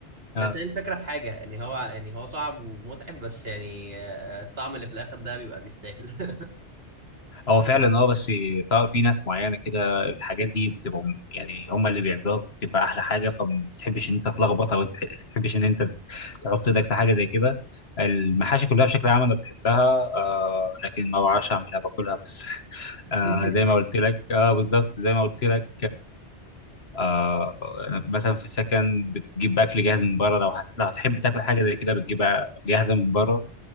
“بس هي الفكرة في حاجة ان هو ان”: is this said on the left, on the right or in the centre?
Right